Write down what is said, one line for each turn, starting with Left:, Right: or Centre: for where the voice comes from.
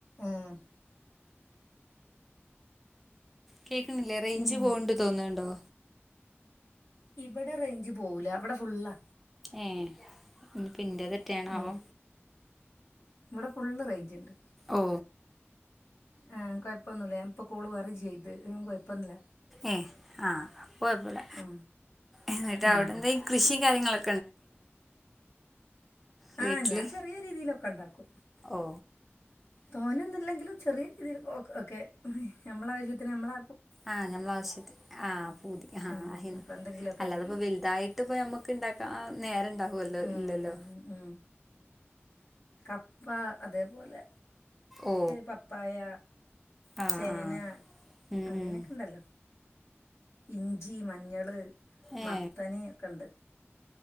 Left: ആഹ
Centre: കേൾക്കുന്നില്ലേ റേയ്ഞ്ച്
Left: ഉം
Centre: പോകണ്ട് തോന്നുന്നുണ്ടോ?
Left: ഇവിടെ റേഞ്ച് പോവുല അവിടെ ഫുുള്ളാ.
Centre: ഏ ഇ പിതൊറ്റെയണാവോ?
Left: ഉം ഇവിടെ ഫുള്ള് റേഞ്ച് ഉണ്ട്.
Centre: ഓ
Left: ആ കൊഴപ്പൊന്നുമില്ല ഇപ്പൊ കൂള കറി ചെയ്ത് കൊഴപ്പൊന്നില്ല
Centre: ഏ ആഹ് കുഴപ്പമില്ല
Left: ആ
Centre: എന്നിട്ട്
Left: ഉം
Centre: അവിന് കൃഷി കാര്യങ്ങളൊ വീട്ടില്
Left: ആ ഞാൻ ചെറിയ രീതിയിലൊക്കെ ഉണ്ടാക്കും.
Centre: ഓ
Left: തോന്നന്നില്ലെങ്കിലും. ചെറിയ രീതിയിൽ ഓക്കെ നമ്മള ആവശ്യത്തിന് നമ്മള
Centre: ആഹ് ഞമ്മള ആവശ്യത്തി ആഹ് പൂതി ആഹ്
Left: ഉം അപ്പൊ എന്തെങ്കിലുമൊക്കെ
Centre: അല്ലാതെപ്പ
Left: ചെയ്യും
Centre: വലുതായിട്ട് ഇപ്പ നമ്മുക്ക് ഇണ്ടാക്ക നേരം ഉണ്ടകല്ലോ
Left: ഉം
Centre: ഇല്ലല്ലോ
Left: ഉം കപ്പ അതേപോലെ
Centre: ഓ
Left: പപ്പായ.
Centre: ആ
Left: ചേന
Centre: ആ ഉം
Left: അങ്ങനെയൊക്കെണ്ടല്ലോ.
Centre: ഉം
Left: ഇഞ്ചി, മഞ്ഞള്,
Centre: ഏ
Left: മത്തൻ, ഒക്കെ ഉണ്ട്.